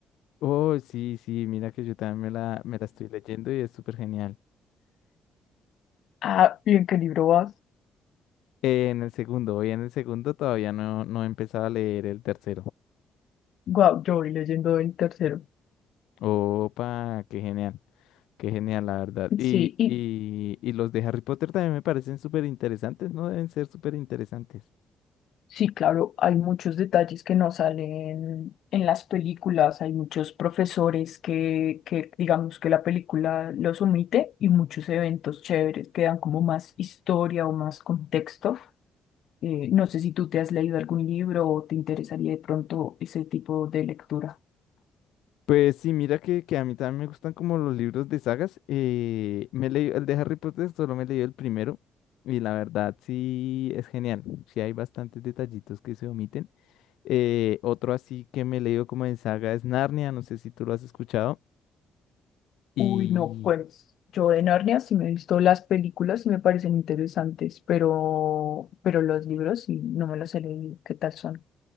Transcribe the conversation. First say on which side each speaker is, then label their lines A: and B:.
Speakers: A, on the left; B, on the left.
A: Oh, sí, sí, mira que yo también me la, me la estoy leyendo y es súper genial.
B: Ah, ¿y en qué libro vas?
A: Eh, en el segundo, voy en el segundo todavía no, no he empezado a leer el tercero.
B: Guau, yo voy leyendo el tercero.
A: Opa, qué genial, qué genial, la verdad. Y,
B: Sí, y
A: y, y los de Harry Potter también me parecen súper interesantes, ¿no? Deben ser súper interesantes.
B: sí, claro, hay muchos detalles que no salen en las películas, hay muchos profesores que, que digamos que la película los omite y muchos eventos chéveres que dan como más historia o más contexto. Eh, no sé si tú te has leído algún libro o te interesaría de pronto ese tipo de lectura.
A: Pues sí, mira que, que a mí también me gustan como los libros de sagas. eh, me he leído el de Harry Potter, solo me he leído el primero. Y la verdad sí es genial. Sí hay bastantes detallitos que se omiten. Eh, otro así que me he leído como en saga es Narnia, no sé si tú lo has escuchado. Y
B: Uy, no, pues yo de Narnia sí me he visto las películas y me parecen interesantes, pero, pero los libros sí no me los he leído. ¿Qué tal son?